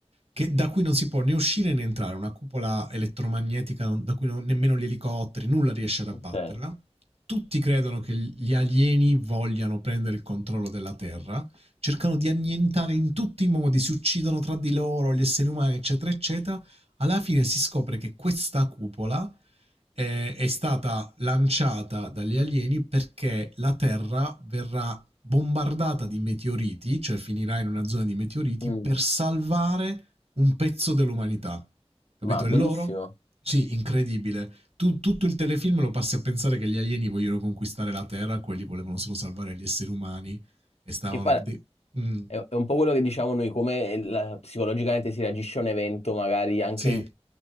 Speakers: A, on the right; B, on the left.
A: Che da cui non si può né uscire né entrare, una cupola elettromagnetica non- da cui non- nemmeno gli elicotteri, nulla riesce ad abbatterla.
B: Ok.
A: Tutti credono che gli alieni vogliano prendere il controllo della Terra, cercano di annientare in tutti i modi, si uccidono tra di loro gli esseri umani, eccetera, eccetera. Alla fine si scopre che questa cupola eh, è stata lanciata dagli alieni perché la Terra verrà bombardata di meteoriti, cioè finirà in una zona di meteoriti,
B: Mm.
A: per salvare un pezzo dell'umanità. Capito?
B: Ma bellissimo.
A: E loro? Sì, incredibile. Tu- tutto il telefilm lo passi a pensare che gli alieni vogliono conquistare la Terra, quelli volevano solo salvare gli esseri umani e stavano...
B: Che pare...
A: de- Mm,
B: È è un po' quello che diciamo noi, come eh, la- psicologicamente si reagisce a un evento, magari anche
A: sì,
B: in